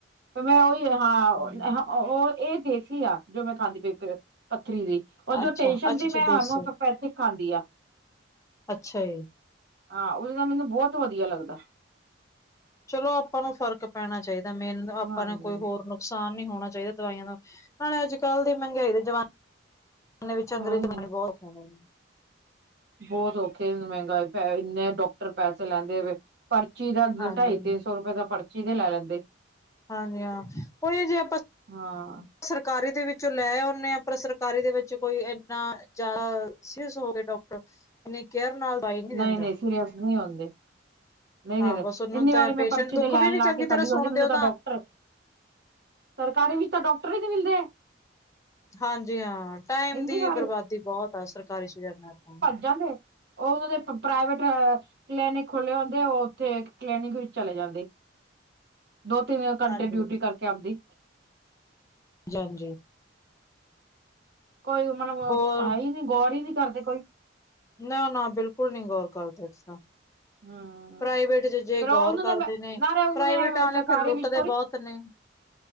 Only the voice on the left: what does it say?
ਹੂੰ।
ਅੱਛਾ,
ਅੱਛਾ-ਅੱਛਾ
ਦੇਸੀ
ਅੱਛਾ ਜੀ।
ਚਲੋ ਆਪਾਂ ਨੂੰ ਫ਼ਰਕ ਪੈਣਾ ਚਾਹੀਦਾ ਮੇਨ ਆਪਾਂ
ਨੇ ਕੋਈ ਹੋਰ ਨੂੰ ਨੁਕਸਾਨ ਨਹੀਂ ਹੋਣਾ ਚਾਹੀਦਾ ਦਵਾਈਆਂ ਦਾ ਨਾਲੇ ਅੱਜ ਕੱਲ੍ਹ ਦੀ ਮਹਿੰਗਾਈ ਦੇ ਜਮਾਨੇ ੇ ਵਿੱਚ ਅੰਗਰੇਜ਼
ਨਾਣੇ
ਬਹੁਤ ਸੋਣੇ ਨੇ <unintelligible>
ਹਾਂਜੀ,
ਹਾਂਜੀ ਹਾਂ ਉਹੀ ਜੇ ਆਪਾਂ
ਸਰਕਾਰੀ ਦੇ ਵਿੱਚੋਂ ਲੈ ਆਉਨੇ ਹਾਂ ਪਰ ਸਰਕਾਰੀ ਦੇ ਵਿੱਚ ਕੋਈ ਇੰਨਾ ਜ਼ਿਆਦਾ ਸੀਰਿਯਸ ਹੋਵੇ ਡਾਕਟਰ ਇੰਨੀ ਕੇਅਰ ਨਾਲ ਦਵਾਈ ਨੀ ਦਿੰਦਾ।
ਹਾਂ
ਬਸ ਉਹਨੂੰ
ਤਾਂ
ਪੇਸ਼ੈਂਟ
ਦੁੱਖ
ਵੀ ਨੀ
ਚੰਗੀ
ਤਰ੍ਹਾਂ
ਸੁਣਦੇ
ਉਹ
ਹਾਂਜੀ ਹਾਂ ਟਾਈਮ
ਦੀ
ਬਰਬਾਦੀ ਬਹੁਤ ਆ ਸਰਕਾਰੀ ਛ ਜਾਣੇ ਆ ਤਾਂ।
<inaudible>
ਹਾਂਜੀ।
ਜੀ ਹਾਂਜੀ
ਹੋਰ
ਨਾ ਨਾ ਬਿਲਕੁਲ ਨੀ ਗੌਰ ਕਰਦੇ ਅਸੀ ਤਾਂ।
ਪ੍ਰਾਈਵੇਟ ਚ ਜੇ
ਗੌਰ
ਕਰਦੇ ਨੇ
ਪ੍ਰਾਈਵੇਟਾ
ਆਲੇ
ਫਿਰ ਲੁੱਟਦੇ
ਬਹੁਤ ਨੇ। ਹ <inaudible>